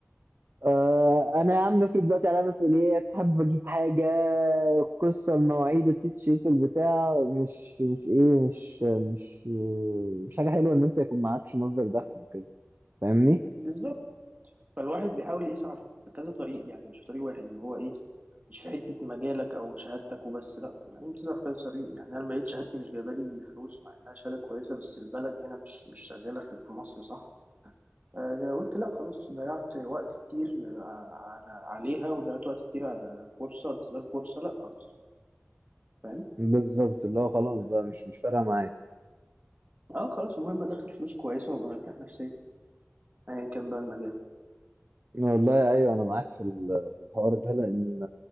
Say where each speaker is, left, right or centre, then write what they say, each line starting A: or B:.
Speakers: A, on the right (about 55°); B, on the right (about 35°).
A: آه انا يا عم افرض دلوقتي عليا مسؤوليات حابب اجيب حاجه القصه المواعيد التيشيرت البتاع مش مش ايه مش مش مش حاجه حلوه ان انت يكون معكش مصدر دخل وكده فاهمني
B: <coughs> بالظبط فالواحد بيحاول يسعى في كذا طريق يعني مش طريق واحد اللي هو ايه مش في حتة مجالك أو شهادتك وبس لأ يعني بتسعى في كذا طريق يعني أنا لما لقيت شهادتي مش جايبة لي فلوس مع إنها شهادة كويسة بس البلد هنا مش مش شغالة في في مصر صح آه، قلت لأ خلاص ضيعت وقت كتير آه، على عليها وضيعت وقت كتير على فرصة انتظار فرصة لأ خلاص فاهم
A: بالظبط اللي هو خلاص بقى مش مش فارقه معايا
B: اه خلاص المهم أدخل فلوس كويسة وأبقى مرتاح نفسيا أيا كان بقى المجال
A: والله ايوه انا معاك في ال- في الحوار ده لان